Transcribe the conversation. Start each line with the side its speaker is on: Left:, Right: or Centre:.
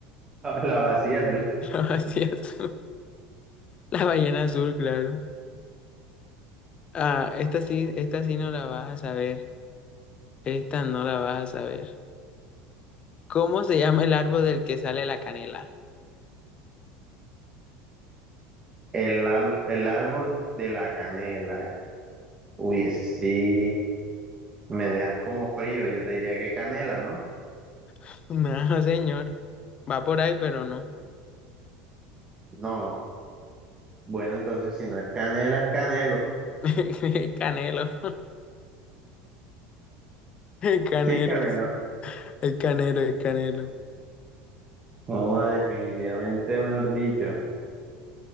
Right: <laughs> La vacía,
Left: <laughs> La vacía azul, la ballena azul, claro. Ah, esta sí, esta sí no la vas a saber. Esta no la vas a saber. ¿Cómo se llama el árbol del que sale la canela?
Right: el, al- el árbol de la canela. Uy, ese sí me dejas como frío. Yo te diría que canela, ¿no?
Left: <laughs> No, señor. Va por ahí, pero no.
Right: No. Bueno, entonces si no es canela, es canelo.
Left: <laughs> El canelo, el canelo,
Right: Sí es canelo.
Left: sí. el canelo, el canelo.
Right: No, ah, definitivamente, mejor dicho.